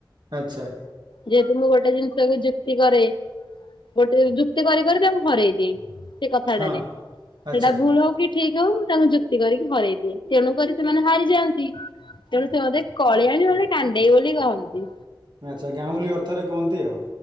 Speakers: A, on the right; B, on the left.
A: ଆଚ୍ଛା।
B: ଯେହେତୁ ମୁଁ ଗୋଟେ ଜିନିଷ କୁ ଯୁକ୍ତି କରେ। ଗୋଟେ ଯୁକ୍ତି କରି କରି ତାଙ୍କୁ ହରେଇ ଦିଏ। ସେ କଥାଟାରେ
A: ହଁ। ଆଚ୍ଛା
B: ସେଟା ଭୁଲ ହଉ କି ଠିକ ହଉ ତାଙ୍କୁ ଯୁକ୍ତି କରିକି ହରଇ ଦିଏ ତେଣୁ କରି ସେମାନେ ହାରିଯାଆନ୍ତି ତେଣୁ ସେ ମତେ କଳିଆଣି ବୋଲି କାନ୍ଦେଇ ବୋଲି କହନ୍ତି।
A: ଆଚ୍ଛା ଗାଉଁଲି ଅର୍ଥରେ କୁହନ୍ତି ଆଉ।